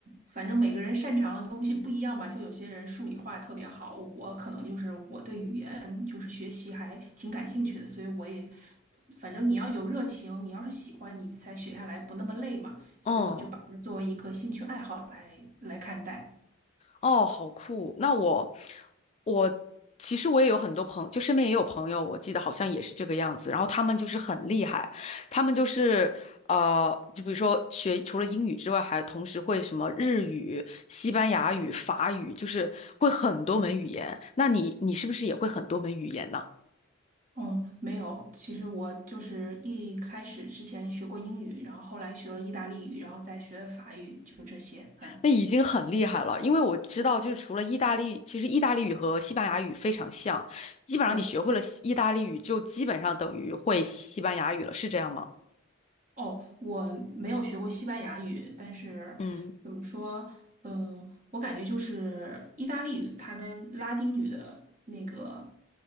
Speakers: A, on the right; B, on the left.
A: 反正每个人擅长的东西不一样吧，就有些人数理化特别好，我可能就是我对语言就是学习还挺感兴趣的，所以我也反正你要有热情，你要是喜欢，你才学下来不那么累嘛，所以我就把它作为一个兴趣爱好来来看待。
B: 嗯。哦，好酷！那我，我其实我也有很多朋就身边也有朋友，我记得好像也是这个样子。然后他们就是很厉害，他们就是呃，就比如说学除了英语之外，还同时会什么日语、西班牙语、法语，就是会很多门语言。那你你是不是也会很多门语言呢？
A: 嗯，没有，其实我就是一开始之前学过英语，然后后来学了意大利语，然后再学的法语，就这些。嗯，
B: 那已经很厉害了，因为我知道，就是除了意大利，其实意大利语和西班牙语非常像，基本上你学会了西意大利语，
A: 对。
B: 就基本上等于会西班牙语了，是这样吗？
A: 哦，我没有学过西班牙语，但是怎么说，
B: 嗯，
A: 呃，我感觉就是意大利语，它跟拉丁语的那个